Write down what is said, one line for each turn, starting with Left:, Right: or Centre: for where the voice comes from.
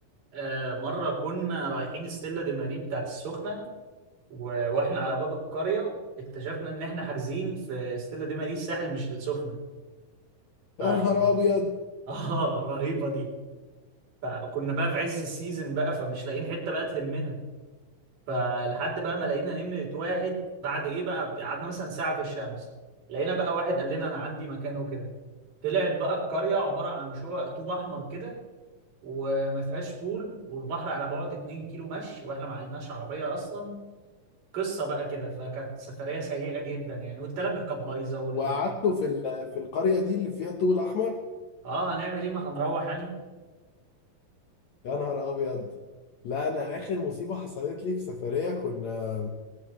Right: آه، مره كنا رايحين ستيلا دي ماري بتاعت السخنه و- واحنا على باب القرية اكتشفنا ان احنا حاجزين في ستيلا دي ماريس الساحل مش السخنة ف
Left: يا
Right: <laughs>
Left: نهار ابيض
Right: اه رهيبة دي فكنا بقى في عز السيزون بقى فمش لاقيين حتة بقى تلمنا فلحد بقى ما لقينا نمرة واحد بعد ايه بقى قعدنا مثلا ساعة في الشمس لقينا بقى واحد قال لنا انا عندي مكان وكده طلعت بقى القرية عبارة عن شقق طوب أحمر كده وما فيهاش بول والبحر على بعد 2 كيلو مشي واحنا ما عندناش عربية أصلا قصه بقى كده فكانت سفريه سيئه جدا يعني والتلاجه كانت بايظه وال...
Left: وقعدتوا في ال- في القريه دي اللي فيها الطوب الاحمر
Right: اه هنعمل ايه ما هنروح يعني
Left: يا نهار ابيض لا انا اخر مصيبه حصلت لي في سفريه كنا